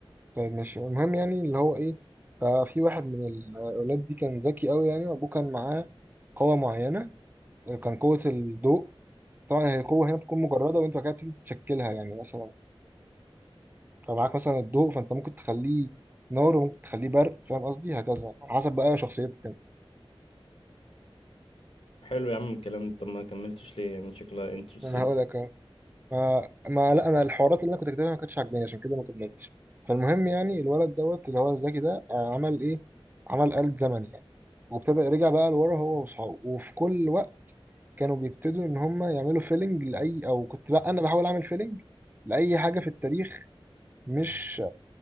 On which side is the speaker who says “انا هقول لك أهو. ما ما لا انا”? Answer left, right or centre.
Right